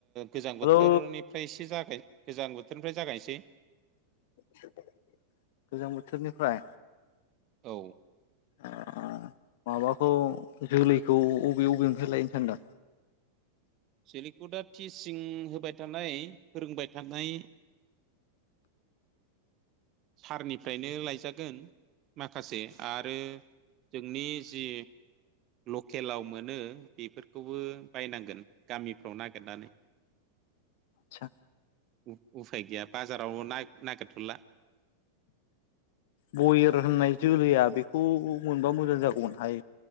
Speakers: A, on the right; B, on the left.
A: गोजां बोथोरनिफ्रायसो
B: हेलौ
A: जागाय गोजां बोथोरनिफ्राय जागायनोसै।
B: <inaudible> गोजां बोथोरनिफ्राय?
A: औ।
B: ओ माबाखौ जोलैखौ अबे अबे निफ्राय लायनो सानदों?
A: सेलिकुडआ टिसिं होबाय थानाय फोरोंबाय थानाय सारनिफ्रायनो लायजागोन। माखासे आरो जोंनि जि लकेलाव मोनो बिफोरखौबो बायनांगोन गामिफ्राव नागेरनानै।
B: सा
A: उ-उफाय गैया बाजाराव नाय नागेरथ'ला।
B: बयेर होननाय जोलैया बेखौ मोनबा मोजां जागौमोनहाय।